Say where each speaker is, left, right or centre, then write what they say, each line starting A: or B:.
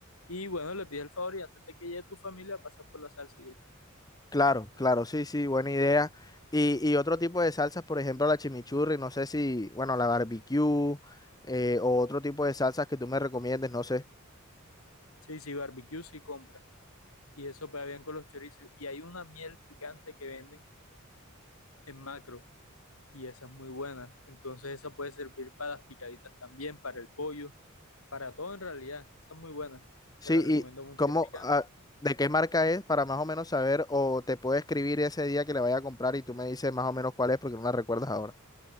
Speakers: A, on the left; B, on the left.
A: Y bueno, le pides el favor y antes de que llegue tu familia pasas por la salsa y ya.
B: Claro, claro, sí, sí, buena idea. Y, y otro tipo de salsas, por ejemplo, la chimichurri, no sé si, bueno, la barbecue eh, o otro tipo de salsas que tú me recomiendes, no sé.
A: sí, sí, barbecue sí compra, y eso pega bien con los chorizos, y hay una miel picante que venden en Macro y esa es muy buena. Entonces esa puede servir para las picaditas también, para el pollo, para todo en realidad. Esa es muy buena.
B: Sí,
A: Te la recomiendo
B: y
A: mucho.
B: cómo,
A: Es picante.
B: ah, de qué marca es para más o menos saber, o te puedo escribir ese día que le vaya a comprar y tú me dices más o menos cuál es porque no la recuerdas ahora.